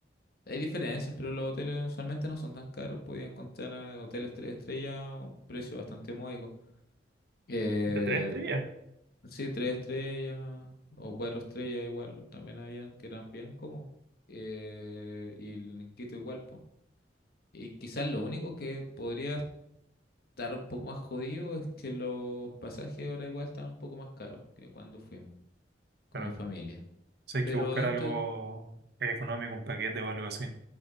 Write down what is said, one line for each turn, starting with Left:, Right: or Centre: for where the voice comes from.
Left: hay diferencias, pero los hoteles usualmente no son tan caros. Podía encontrar a hoteles tres estrellas a un precio bastante módico. Eh,
Right: De tres estrellas.
Left: sí, tres estrellas o cuatro estrellas igual, también habían que eran bien cómodos. Eh, y el Quito igual, pues. Y quizás lo único que podría estar un poco más jodido es que los pasajes ahora igual están un poco más caros que cuando fuimos con
Right: Pero
Left: mi familia.
Right: si hay
Left: Pero
Right: que buscar
Left: dentro
Right: algo
Left: de
Right: económico, un paquete o algo así.